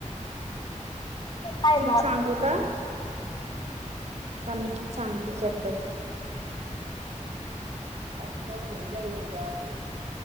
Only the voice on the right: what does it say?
तुला
सांगू का? आ मी तू सांगतेचे एकदाच आत मला बघितला होता एकदा आपण